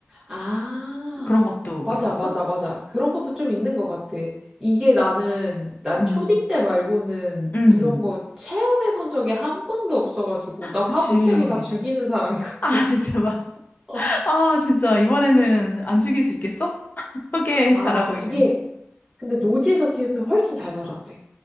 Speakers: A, on the right; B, on the left.
A: 아,
B: 그런 것도
A: 맞아,
B: 있었어?
A: 맞아, 맞아. 그런 것도 좀 있는 것 같아. 이게 나는, 난
B: 음.
A: 초딩 때 말고는
B: 음.
A: 이런 거 체험해 본 적이 한 번도 없어가지고, 난
B: 그치.
A: 화분 키워도 다 죽이는 사람이거든.
B: 아, <laughs> 진짜
A: <laughs>
B: 맛.
A: 어.
B: 아, 진짜. 이번에는 안 죽일 수 있겠어? 흙에
A: 아,
B: 자라고 있는.
A: 이게, 근데 노지에서 키우면 훨씬 잘 자란대.